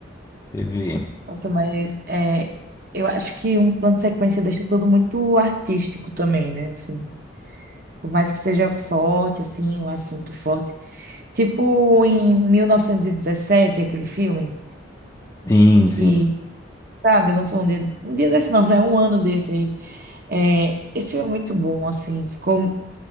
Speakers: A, on the left (about 15°); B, on the right (about 50°).
A: Teve.
B: Nossa, mas é, eu acho que um plano sequência deixa tudo muito artístico também, né? Assim. Por mais que seja forte, assim, um assunto forte. Tipo em 1917 aquele filme
A: Sim,
B: que,
A: sim.
B: sabe, lançou um dia, um dia desse não, <laughs> né? Um ano desse aí. É, esse filme é muito bom, assim, ficou